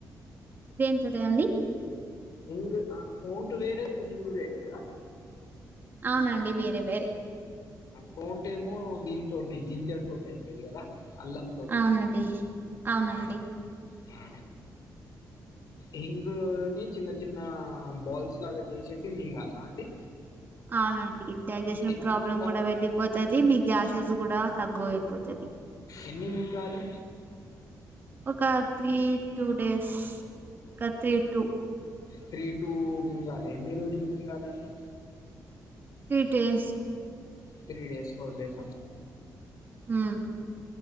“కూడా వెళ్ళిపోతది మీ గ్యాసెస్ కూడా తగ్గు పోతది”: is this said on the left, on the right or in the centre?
Right